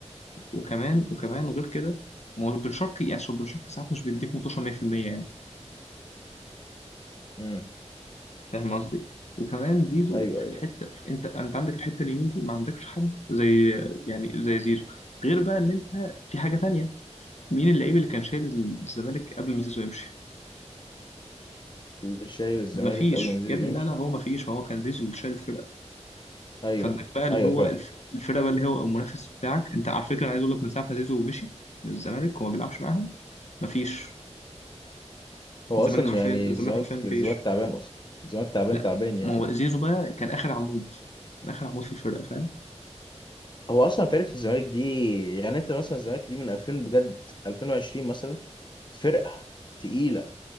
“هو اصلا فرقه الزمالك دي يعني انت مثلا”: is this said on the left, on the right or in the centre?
Left